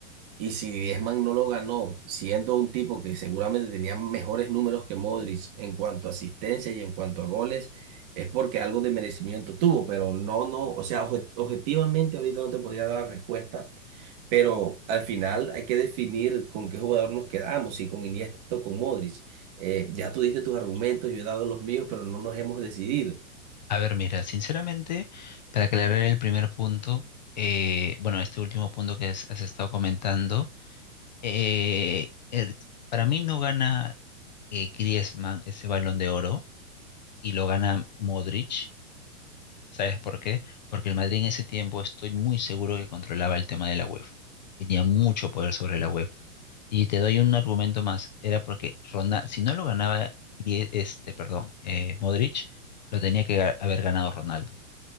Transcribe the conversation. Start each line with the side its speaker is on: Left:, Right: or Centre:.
Right: Y si Griezmann no lo ganó, siendo un tipo que seguramente tenía mejores números que Modric en cuanto a asistencias y en cuanto a goles, es porque algo de merecimiento tuvo, pero no, no, o sea, obje- objetivamente ahorita no te podría dar la respuesta, pero al final hay que definir con qué jugador nos quedamos, si con Iniesta o con Modric. Eh, ya tú diste tus argumentos, yo he dado los míos, pero no nos hemos decidido.
Left: A ver, mira, sinceramente, para aclarar el primer punto, eh, bueno, este último punto que has, has estado comentando, eh, el- para mí no gana eh, Griezmann ese Balón de Oro y lo gana Modric. ¿Sabes por qué? Porque el Madrid en ese tiempo estoy muy seguro que controlaba el tema de la UEFA. Tenía mucho poder sobre la UEFA. Y te doy un argumento más, era porque Ronaldo, si no lo ganaba, Grie- este, perdón, eh, Modric, lo tenía que ga- haber ganado Ronaldo